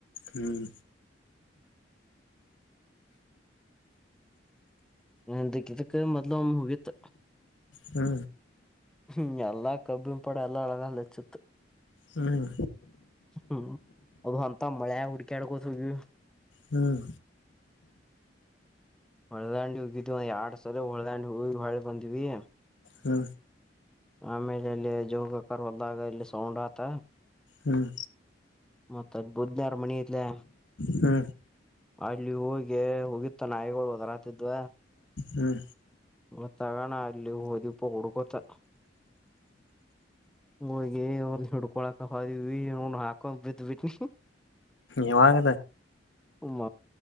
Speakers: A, on the left; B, in the centre.
A: ಹ್ಮ್.
B: ನಂದಕ್ ಇದಕ ಮೊದ್ಲ ಒಮ್ಮೆ ಹೋಗಿತ್ತ.
A: ಹ್ಞೂ
B: ಹ್ಮ್ ಎಲ್ಲಾ ಕಬ್ಬಿಂ ಪಡ ಎಲ್ಲ ಅಳಗಚ್ಚತ್ತು
A: ಹ್ಞೂ ಹ್ಞೂ
B: ಹ್ಮ್ ಅದು ಅಂತ ಮಳೆ ಹುಡ್ಕ್ಯಾಡ್ಕೋದುವಿ
A: ಹ್ಮ್
B: ಹೊರ್ದಂಡಿ ಹೋಗಿದೀವ ಎರಡ್ ಸಲ ಹೊದಂಡ ಹೋಗಿ ಬಾಳೆ ಬಂದಿವವಿ
A: ಹಾ
B: ಆಮೇಲೆ ಇಲ್ಲಿ ಜೋಗಕರ್ ಹೋದಾಗ ಇಲ್ಲಿ ಸೌಂಡ್ ಆತ
A: ಹ್ಮ್
B: ಮತ್ತ ಬು್ಧನರ್ಮಣಿ ಇತ್ಲೆ
A: ಹ್ಞೂ ಹ್ಞೂ ಹ್ಞೂ
B: ಅಲ್ಲಿ ಹಿ ಹೋಗಿತ್ತ ನಾಯಿಗಳು ಹದರಾತಿದ್ವ
A: ಹ್ಮ್
B: ಒತ್ತಾಗಣ ಅಲ್ಲಿ ಓದಪ ಕೊಡುಕೊುತ್ತ ಹೋಗಿ ಒಂದ್ ಹಿಡ್ಕೊಳಕ ಹದಿವವಿ ನ ಹಾಕೊ್ ಬಿದ ಬಿಿಟ್ಟನಿ
A: ಯವಾಗ
B: ಹ್ಮ